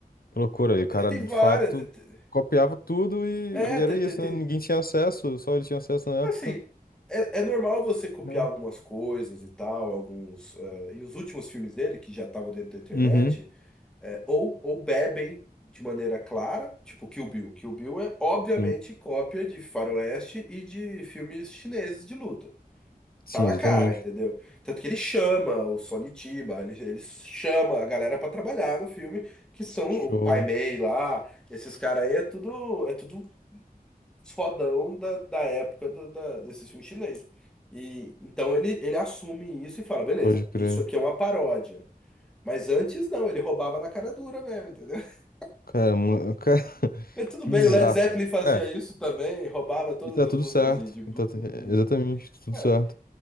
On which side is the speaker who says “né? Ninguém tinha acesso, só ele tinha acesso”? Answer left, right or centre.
Left